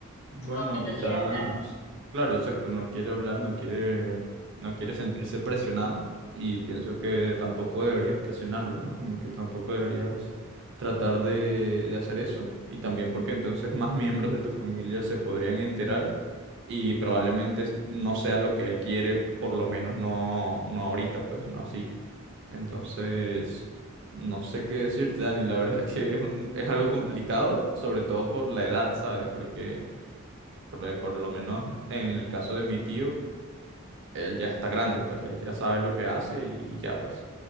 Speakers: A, on the right; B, on the left.
A: Bueno,
B: supongo que
A: quizás,
B: no quiere hablar.
A: claro, exacto, no quiere hablar, no quiere, no quiere sentirse presionado y pienso que tampoco deberías presionarlo, ¿no? Como que tampoco deberías tratar de, de hacer eso y también porque entonces más miembros de tu familia se podrían enterar y probablemente es- no sea lo que él quiere, por lo menos no, no ahorita, pues no así. Entonces, no sé qué decirte, Dani, la verdad que es un, es algo complicado, sobre todo por la edad, ¿sabes? Porque... Por, por lo menos en el caso de mi tío, él ya está grande, pues él ya sabe lo que hace y, y ya pues.